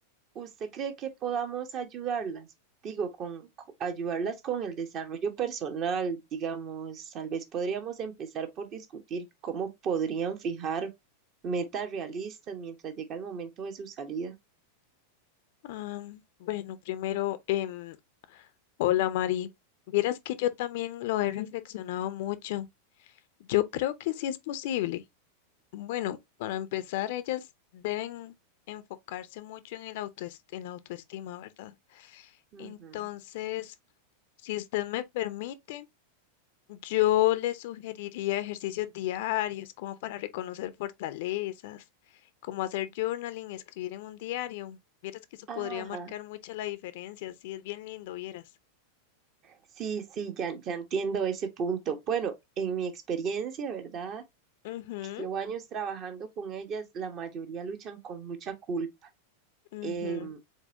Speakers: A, on the right; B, on the left.
A: ¿Usted cree que podamos ayudarlas? Digo, con, co- ayudarlas con el desarrollo personal, digamos, tal vez podríamos empezar por discutir cómo podrían fijar metas realistas mientras llega el momento de su salida.
B: Am, bueno, primero, em, hola Mari. Vieras que yo también lo he reflexionado mucho. Yo creo que sí es posible. Bueno, para empezar, ellas deben enfocarse mucho en el autoest- en la autoestima, ¿verdad?
A: Ujú.
B: Entonces, si usted me permite... Yo le sugeriría ejercicios diarios como para reconocer fortalezas, como hacer journaling, escribir en un diario. Vieras que eso
A: Ah,
B: podría
A: Ajá,
B: marcar mucha la diferencia, sí, es bien lindo, vieras.
A: sí, sí, ya, ya entiendo ese punto. Bueno, en mi experiencia, ¿verdad?
B: Ujú,
A: Que llevo años trabajando con ellas, la mayoría luchan con mucha culpa.
B: ujú.
A: Em,